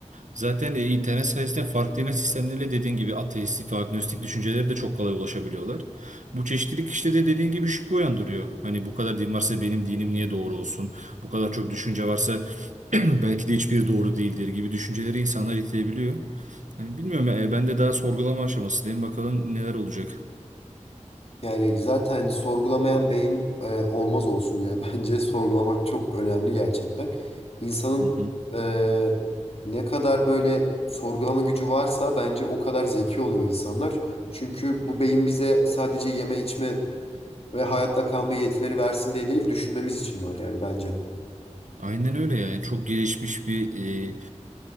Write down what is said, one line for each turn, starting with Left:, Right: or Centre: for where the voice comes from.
Right: Zaten e, internet sayesinde farklı inanç sistemleriyle dediğin gibi ateistik ve agnostik düşüncelere de çok kolay ulaşabiliyorlar. Bu çeşitlilik işte de dediğin gibi şüphe uyandırıyor. Hani bu kadar din varsa benim dinim niye doğru olsun? Bu kadar çok düşünce varsa <clears throat> belki de hiçbir doğru değildir gibi düşünceleri insanlar itebiliyor. Hani bilmiyorum e, ben de daha sorgulama aşamasındayım. Bakalım neler olacak.
Left: Yani zaten sorgulamayan beyin e, olmaz olsun yani <laughs> bence sorgulamak çok önemli gerçekten. İnsanın
Right: Hı hı.
Left: e, ne kadar böyle sorgulama gücü varsa bence o kadar zeki oluyor insanlar. Çünkü bu beyin bize sadece yeme içme ve hayatta kalma yetileri versin diye değil düşünmemiz için var yani bence.
Right: Aynen öyle yani çok gelişmiş bir e, e,